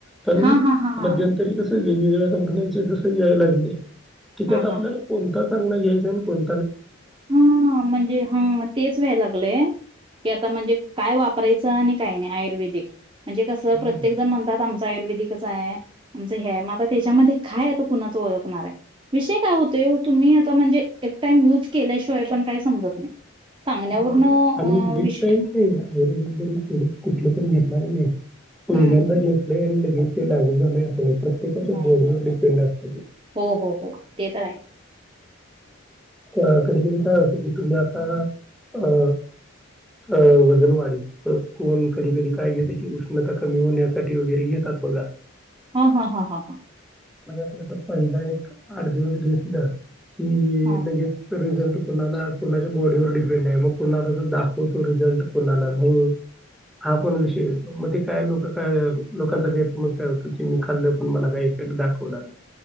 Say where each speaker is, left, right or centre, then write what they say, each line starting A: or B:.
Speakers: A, in the centre; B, on the right (about 25°).
A: पण
B: हा हा हा हा
A: मध्यंतरी कस वेगवेगळ्या कंपन्यांचे जसे यायलागले. कि
B: हा
A: त्यात आपल्याला
B: हा.
A: कोणता चांगला घ्यायच कोण
B: हा म्हणजे हा तेच व्हायला लागलंय की आता म्हणजे काय वाप वापरायचं आणि काय नाही आयुर्वेदिक म्हणजे कसं
A: हम्म.
B: प्रत्येक जण म्हणतात आम च आयुर्वेदिकच आहे आमचं हे आहे मग आता त्याच्यामध्ये काय आहे तर कुणाच ओळखणार आहे विषय काय होतेय ओ तुम्ही आता म्हणजे एक टाइम यूज केल्याशिवाय पण काय समजत नाही सांगण्यावरनं
A: बोल आणि
B: अ,
A: एक
B: विष
A: टाईम नाही आयुर्वेदिक जरी थोडं कुठलं पण घेतला कनी होई
B: हं,
A: ल जतडे जते लागू झाले आपले ते त्याच्या
B: नाही,
A: बॉडीवर
B: नाही.
A: डपेंड असत
B: हो हो हो ते तर आहे
A: का कधघ कधी काय होत की तुम्ही आता अ अ वजन वाढीत कोण कधी कधी काय घेत की उष्णता कमी होण्यासाठी वगैरे घेतात बघा
B: हा हा हा हा हा
A: म्हणजे आपल्या तर पहिला एक आठ दिवस घेतलं क
B: हां,
A: लगे रिझल्ट कुणाला कुणाच्या बॉडीवर मग कोणाला दाखवतो रिझल्ट कोणाला नाही हा पण विषय येतो मग ते काय लोक काय लोकांचा गैरसमज काय होतो ते मी खाल्ल पण मला काही इफेक्ट दाखवणार नाही